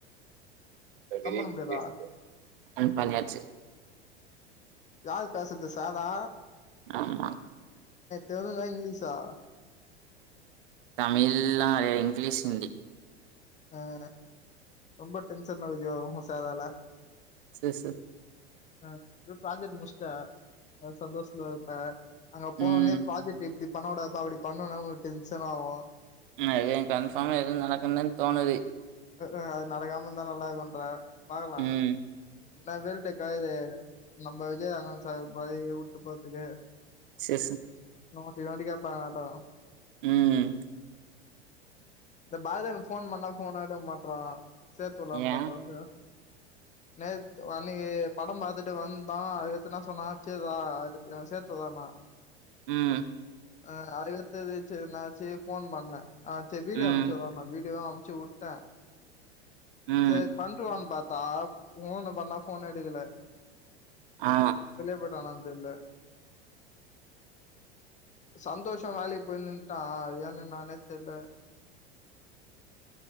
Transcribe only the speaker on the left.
கம் பண்ண முடியாதா
யாரு பேசுறது சாரா
தெலுங்கா இங்கிலீஷா
அஹ் ரொம்ப டென்ஷன்லகுதியோ உமசாதால
ஆஹ் இப்ப ப்ராஜெக்ட் முடிச்சுட்ட சந்தோஷத்துல இருப்ப அங்க போனோனே
ப்ராஜெக்ட் எப்டி பண்ணகூடாது பா அப்டி பண்ணும்னா டென்ஷன் ஆகும்
ம்க்கு அது நடகாமருந்தா நல்லா இருக்குன்ற பாக்கலாம்
இனா வேல்டெக்கா இது நம்ம விஜயராகவன் சார் மாதிரி விட்டு போறதுக்கு
நோண்டி நோண்டி கேட்பாங்க பார்த்துக்கோங்க
இந்த மாதிரி ஃபோன் பண்ணா ஃபோன் எடுக்க மாட்டேன்றாங்க சேத்துவுடலாம்
பாத்தா ச நேத்து அன்னைக்கு படம் பாத்துட்டு வந்தா அதுக்கத்துன்னா சொன்னா ச்சேரா என்ன சேத்துவுறான்னா
ஆஹ் அதுகடுத்தது ச்சேர் நான் சேர் ஃபோன் பண்ண ஆ ச்சேர் வீடியோ
அம்ச்சுறன்னா வீடியோவு அனு ப்புச்சு உட்டேன்
சரி பண்ணிட்டுவாகன்னு பாத் தா ஃபோனு பண்ணா ஃபோன் எடுக்கல
புள்ளய பாரு என்னஆனானு தெரியல சந்தோஷ் வேலைக்கு போய் நின்ட்டா அது ஏன் நின்னானே தெரியல